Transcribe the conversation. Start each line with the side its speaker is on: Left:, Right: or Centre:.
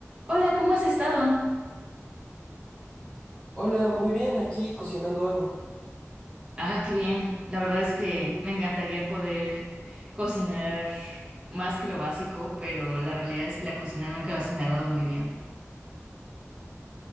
Right: Hola, ¿cómo has estado?
Left: Hola, muy bien, aquí cocinando algo.
Right: Ah, qué bien. La verdad es que me encantaría poder cocinar más que lo básico, pero la realidad es que la cocina nunca se me ha dado muy bien.